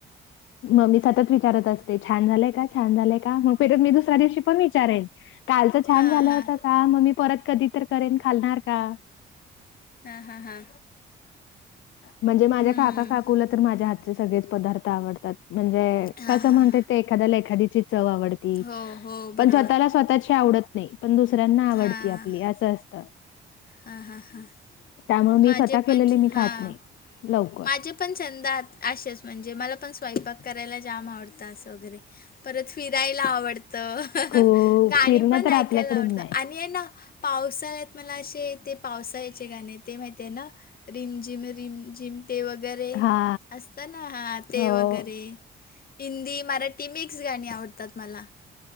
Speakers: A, on the left; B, on the left.
A: मग मी सतत विचारत असते छान झालंय का छान झालंय का मग फिरत मी दुसऱ्या दिवशी पण विचारेन. कालचं छान
B: हां,
A: झालं
B: हां,
A: होतं का मग मी परत कधी तर करेन खालणार का?
B: हा हा हा.
A: म्हणजे माझ्या
B: हं.
A: काका काकूला तर माझ्या हातचे सगळेच पदार्थ आवडतात म्हणजे
B: हां,
A: कसं
B: हां,
A: म्हणते
B: हां.
A: ते एखाद्याला एखाद्याची चव आवडती
B: हो, हो.
A: पण
B: बरोबर.
A: स्वतःला स्वतःची आवडत नाही. पण दुसऱ्यांना आवडती
B: हां.
A: आपली असं असत.
B: हां, हां, हां.
A: त्यामुळ मी
B: माझे
A: स्वतः
B: पण
A: केलेले मी
B: हां
A: खात नाही लवकर
B: माझे पण छंदात असेच म्हणजे मला पण स्वयंपाक करायला जाम आवडतं असं वगैरे परत फिरायला आवडतं
A: खूप
B: गाणी
A: फिरणं
B: पण
A: तर
B: ऐकायला
A: आपल्याकडून
B: आवडतं
A: नाही
B: आणि हायना पावसाळ्यात मला असे ते पावसाळ्याचे गाणे ते माहिती आहे ना? रिमझिम रिमझिम ते वगैरे
A: हा
B: असत ना हा ते
A: हो
B: वगैरे हिंदी मराठी मिक्स गाणी आवडतात मला.